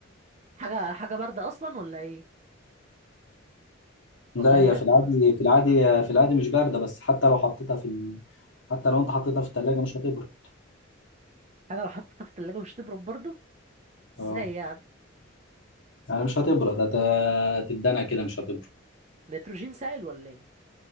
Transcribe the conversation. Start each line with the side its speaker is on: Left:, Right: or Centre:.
Right: حاجة حاجة باردة أصلا ولا إيه؟
Left: لا
Right: ولا
Left: هي
Right: هي
Left: في العادي
Right: آه،
Left: في العادي في العادي مش باردة بس حتى لو حطيتها في ال... حتى لو انت حطيتها في التلاجة مش هتبرد
Right: حاجة لو حطيتها في التلاجة مش تبرد برضه؟
Left: اه
Right: إزاي يعني؟
Left: يعني مش هتبرد هت- هتتدلع كده مش هتبرد
Right: نيتروجين سائل ولا إيه؟